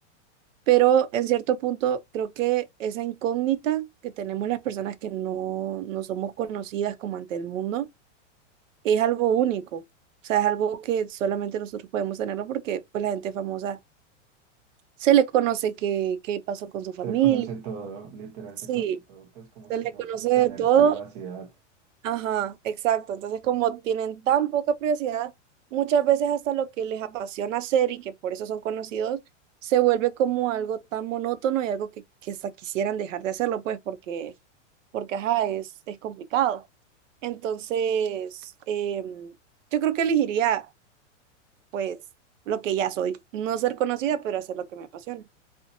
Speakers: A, on the right; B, on the right.
A: Pero en cierto punto creo que esa incógnita que tenemos las personas que no, no somos conocidas como ante el mundo, es algo único. O sea, es algo que solamente nosotros podemos tenerlo porque pues la gente famosa se le conoce qué, qué pasó con su familia.
B: Se conoce todo, literal,
A: Sí,
B: se conoce todo, pues como
A: se
B: que
A: le
B: no
A: conoce
B: puede tener
A: de todo.
B: privacidad.
A: Ajá, exacto. Entonces, como tienen tan poca privacidad, muchas veces hasta lo que les apasiona hacer y que por eso son conocidos, se vuelve como algo tan monótono y algo que, que hasta quisieran dejar de hacerlo, pues, porque, porque ajá, es, es complicado. Entonces, em, yo creo que elegiría pues lo que ya soy. No ser conocida, pero hacer lo que me apasiona.